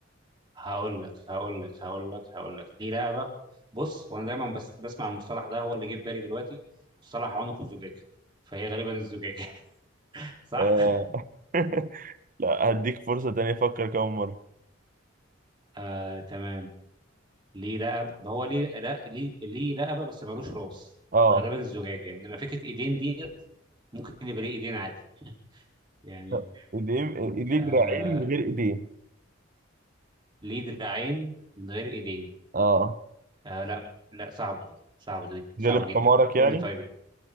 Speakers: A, on the right; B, on the right.
A: هقول لك هقول لك هقول لك هقول لك ليه رقبه بص وانا دايما بس بسمع المصطلح ده هو اللي جه في بالي دلوقتي مصطلح عنق الزجاجه فهي غالبا الزجاجه <laughs> صح
B: آه. <laughs> لا هديك فرصة تانية أفكر كمان مرة
A: آه تمام ليه رقبة ما هو ليه لا ليه ليه رقبة بس ملوش راس
B: اه
A: فغالبا الزجاجة انما فكرة ايدين ديت ممكن يبقى ليه ايدين عادي <laughs> يعني
B: طب، ايدين ليه
A: آه
B: دراعين من غير ايدين
A: ليه دراعين من غير ايدين
B: اه
A: آه لا لا صعبة دي صعبة دي صعبة
B: غلب
A: جدا
B: حمارك
A: قول
B: يعني
A: لي طيب